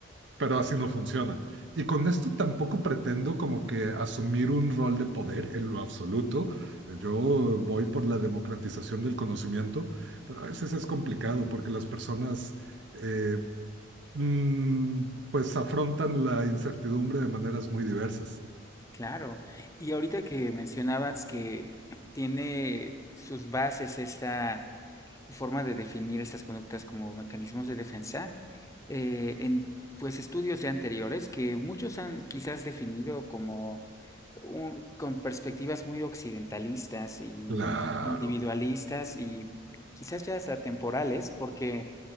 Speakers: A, on the right; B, on the left.
A: Pero así no funciona. Y con esto tampoco pretendo como que asumir un rol de poder en lo absoluto. Yo voy por la democratización del conocimiento, pero a veces es complicado porque las personas eh, mm, pues afrontan la incertidumbre de maneras muy diversas.
B: Claro. Y ahorita que mencionabas que tiene sus bases esta forma de definir estas conductas como mecanismos de defensa, eh, en pues estudios ya anteriores que muchos han quizás definido como un- con perspectivas muy occidentalistas y
A: Claro,
B: individualistas y quizás ya hasta temporales, porque